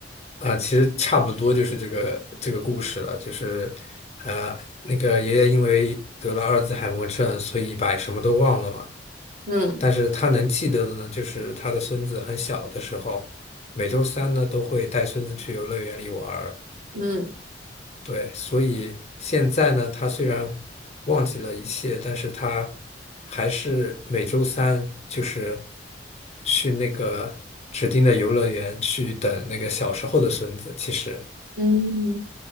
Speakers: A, on the left (about 40°); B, on the right (about 50°).
A: 啊、其实差不多就是这个这个故事了，就是呃，那个爷爷因为得了阿尔兹海默症，所以把什么都忘了嘛。
B: 嗯
A: 但是他能记得的呢，就是他的孙子很小的时候，每周三呢都会带孙子去游乐园里玩儿，
B: 嗯
A: 对，所以现在呢，他虽然忘记了一切，但是他还是每周三就是去那个指定的游乐园去等那个小时候的孙子。其实，
B: 嗯